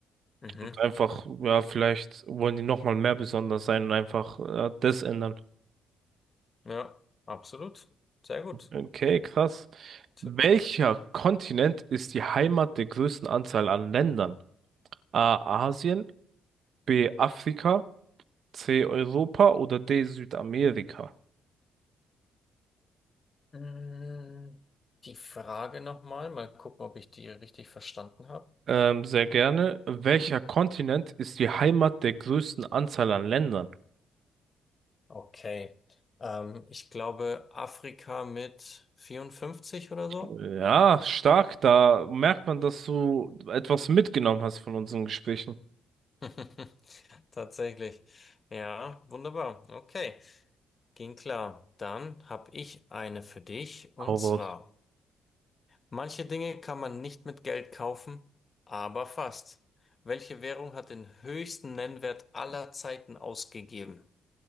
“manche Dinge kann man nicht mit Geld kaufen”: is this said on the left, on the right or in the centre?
Left